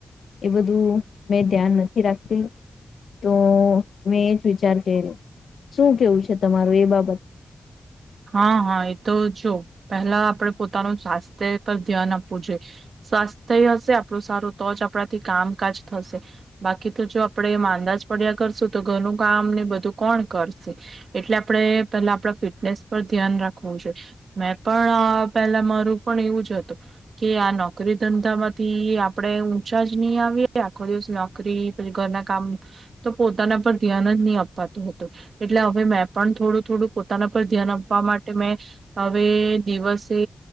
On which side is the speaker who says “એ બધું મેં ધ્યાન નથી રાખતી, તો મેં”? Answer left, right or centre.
Left